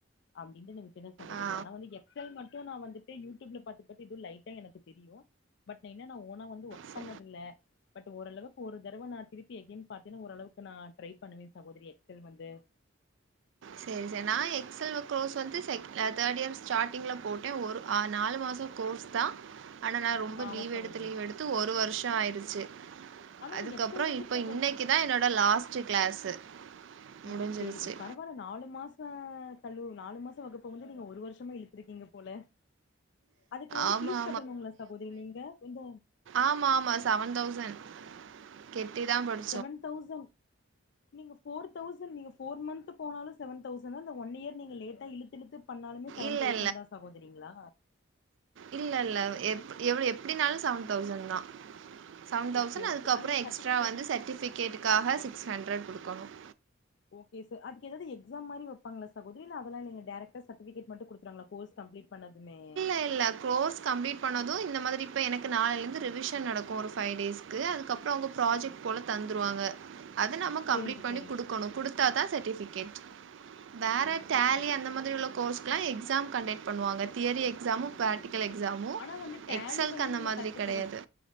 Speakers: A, on the left; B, on the right.
A: அப்டின்டு நா விட்டுடே சகோரி
B: ஆ
A: ஆனா வந்து எக் சல் மட்டு நா வந்துட்டு யூடியூப்ல பாத்து பாத்து எதோ லைட்டா எனக்கு தெரியும் பட் நான் என்னன்னா ஓனா வந்து ஒர்க்
B: சரி
A: பண்ணது இல்ல பட் ஓரளவுக்கு ஒரு தரவ நா திருப்பி எகெய்ன் பாத்தீனா ஓரளவுக்கு நா ட்ரை பண்ணுவே சகோதரி எக்செல் வந்து
B: சரி சரி நா எக்செல் கோர்ஸ் வந்து செக் தேர்ட் இயர் ஸ்டார்ட்டிங்கில் போட்டேன் ஒரு நாலு மாசம் கோர்ஸ் தா ஆனா நா ரொம்ப
A: ஆமா
B: லீவ்
A: சகோதரி
B: எடுத்து லீவ் எடுத்து ஒரு வருஷம் ஆயிடுச்சு
A: ஆனா இந்த
B: அதுக்கப்புறம்
A: எக்ஸல் வந்து
B: இப்ப
A: சகோதரி
B: இன்னைக்குதா என்னோட லாஸ்ட் கிளாஸு
A: ஓ
B: முடிஞ்சிருச்சு
A: செரி பர ல நாலு மாசம் தழு நாலு மாசம் வகுப்பு வந்து நீங்க ஒரு வருஷமா இழுத்துருக்கீங்க போல அதுக்கு வந்து
B: ஆமாம்
A: பீஸ் கட்டணுங்களா சகோதரி நீங்க இந்த
B: ஆமா ஆமா செவன் தௌசண்ட் கெட்டி தா படு
A: செவன் தௌசண்ட் நீங்க ஃபோர் தௌசண்ட் நீங்க ஃபோர் மந்த்த் போனாலு செவன் தௌசண்னா இந்த ஒன் இயர் நீங்க லேட்டாக இழுத்துழுத்து பண்ணாலுமே செவன்
B: இல்லை
A: தௌசண்ட் தான் சகோதரீங்ளா
B: இல்ல இல்ல எப் எப்டினாலு செவன் தௌசண்ட் தான் செவன் தௌசண்ட்
A: ஓகே ஓகே
B: அதுக்கப்றோ
A: அதுக்கு
B: எக்ஸ்ட்ரா
A: சர்டிபிகேட்
B: வந்து சர்டிஃபிகேட்டுக்காக சிக்ஸ் ஹண்ட்ரட் கொடுக்கணும்
A: ஓகே ச அதுக்கு ஏதாவது எக்ஸாம் மாி வப்பாங்களாக சகோதரி இல்ல அதல்லா இல்ல ங்க டைரக்டா சர்டிபிகேட் மட்டும் கொடுத்துறுவாங்ளா கோர்ஸ் கம்ப்ளீட் பண்ணதுமே
B: இல்ல ல்ல கோர்ஸ் கம்ப்ளீட் பண்ணதும் இந்த மாதிரி இப்ப எனக்கு நாளைல இருந்து ரிவிஷன் நடக்கும் ஒரு ப்ஹை டேஸ் க்கு அதுக்கபுறம் அவங்க ப்ராஜெக்ட்
A: ஆ
B: போல தந்துருவாங்க அத நம்ம
A: சேரிங்க
B: கம்ப்லீட் பண்ணி
A: சேரிங்க
B: குடுக்கணும்
A: சகோதரி
B: குடு த்தா தா சர்ட்டிபிகேட் வேற
A: ஓ
B: டேலி
A: சேரிங்க
B: அந்த மாதிரி உள்ள க் கோர்ஸ்க்கெல்லா எக்ஸாம் கண்டெக் பண்ணுவா தியரி எக் ஸாமும்
A: ஓ
B: ப்ராக்டிக்கல்
A: சேரிங்க
B: எக்ஸாமும்
A: சேரிங்க ஆனா வந்து டேலி
B: எக்செல்கு
A: வந்து
B: அந்த
A: நீங்க
B: மாதிரி
A: கத்துக்கறது
B: கெடையாது